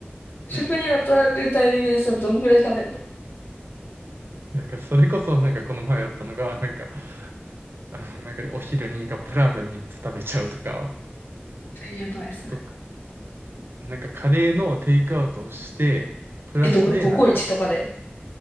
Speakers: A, on the left; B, on the right.
A: 食に当たるタイミングでさ、
B: うん。
A: どんぐらい食べんの
B: なんかそれこそなんかこの前あったのが、なんか、あの、なんかお昼にカップラーメン3つ食べちゃうとか、
A: 本当にやばい、それ。
B: となんかカレーのテイクアウトをして、プラスでなんか、
A: え、どこでココイチとかで